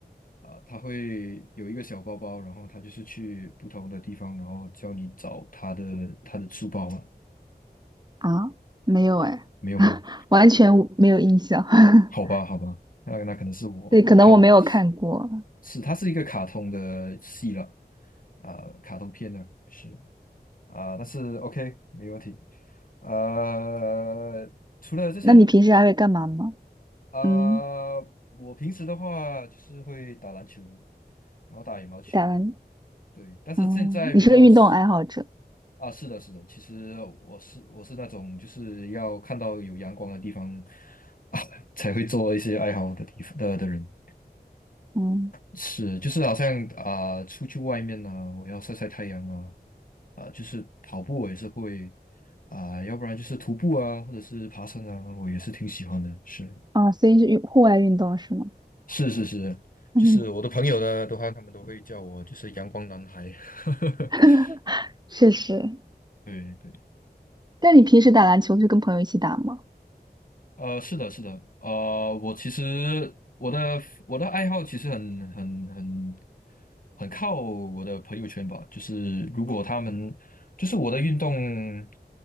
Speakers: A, on the left; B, on the right.
A: 啊、她会有一个小包包，然后她就是去不同的地方，然后教你找她的她的书包吗？
B: 啊？没有哎，
A: 没有吗？
B: <laughs> 完全无没有印象。<laughs>
A: 好吧，好吧，那那可能是我我看的是
B: 对，可能我没有看过。
A: 是，它是一个卡通的戏了，啊、卡通片呢是啊、但是 OK 没问题，呃，除了这些呢？
B: 那你平时还会干嘛吗？
A: 啊，
B: 嗯，
A: 我平时的话就是会打篮球，然后打羽毛球，
B: 打篮，
A: 对。但是现在比较是
B: 嗯，你是个运动爱好者，
A: 啊，是的，是的。其实我是我是那种就是要看到有阳光的地方 <laughs> 啊，才会做一些爱好的地方的的人。
B: 嗯，
A: 是，就是好像啊，出去外面呢，我要晒晒太阳啊，啊，就是跑步我也是会啊，要不然就是徒步啊，或者是爬山啊，我也是挺喜欢的。是。
B: 哦，所以是运户外运动是吗？
A: 是是是，
B: 嗯，
A: 就是我的朋友呢的话，他们都会叫我就是阳光男孩。<laughs>
B: <laughs> 确实。
A: 对对。
B: 但你平时打篮球是跟朋友一起打吗？
A: 呃，是的，是的，呃，我其实我的我的爱好其实很很很很靠我的朋友圈吧，就是如果他们就是我的运动